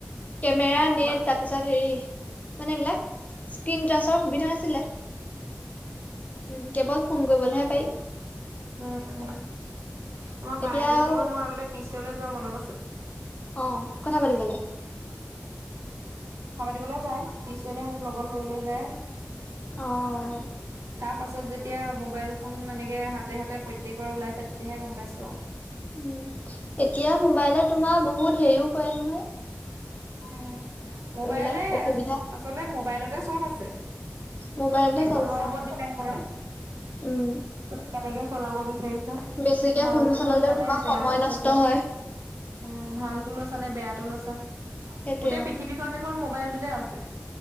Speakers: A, on the left; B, on the right.
A: কেমেৰা,
B: উম,
A: নেট
B: বা
A: তাৰপিছত হেৰি মানে এই বিলাক স্কন টাচৰ সুবিধা নাছিলে। উম, কেৱল ফোন কৰিবলৈহে পাৰি।
B: উম, উম। আমাৰ ব,
A: এতিয়া
B: বা, এজননৰ
A: আৰু
B: লগত মই এব পিছলে যোৱা মনত আছে।
A: অ, কথা পাতিবলৈ।
B: বলৈ যায় পিছনে মোক লগত লৈ, লৈ, যায়।
A: অ'।
B: তাৰ পাছত যেতিয়া মোবাইল ফোন এনেকে হাতে, হাতে প্ৰত্যেকৰে ওলাইছে, তেতিয়াহে গম পাইছো অ'।
A: উ, এতিয়া মোবাইলে তোমাৰ বহুত হেৰিও কৰে নহয়।
B: উ, মোবাইলে
A: এইবিলাক অসুবিধা
B: আচলতে মোবাইলতে চ'ব আছে। কিন্তু
A: মোবাইলতে
B: তুমি চ'ব
A: আছে
B: ওপৰত
A: অ,
B: ডপেণ্ড কৰা।
A: উম।
B: কেনেকে চলাব বিচাৰিছা
A: বেছিকে
B: ভালতো
A: ফোনটো চলালেও
B: লৈছে,
A: তোমাৰ
B: নে, বেয়াতটো
A: সময় নষ্ট
B: লৈছে।
A: হয়
B: উম, ভালতো লৈছা নে, বেয়াতো লৈছা,
A: সেইটোৱে
B: গোটেই
A: অ,
B: পৃথিৱীখন দেখখন মোবাইলটোতে আছে।